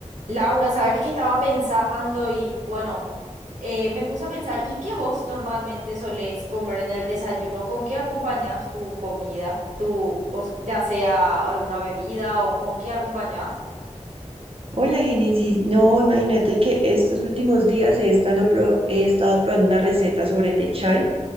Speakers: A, on the right; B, on the right.
A: Laura, sabes que estaba pensando y bueno, eh, me puse a pensar, ¿y qué vos normalmente solés comer en el desayuno? ¿Con qué acompañás tu comida? Tu, o s- ya sea alguna bebida o con qué acompañás?
B: Hola, Génesis. No, imagínate que estos últimos días he, estando pro- he estado probando una receta sobre té chai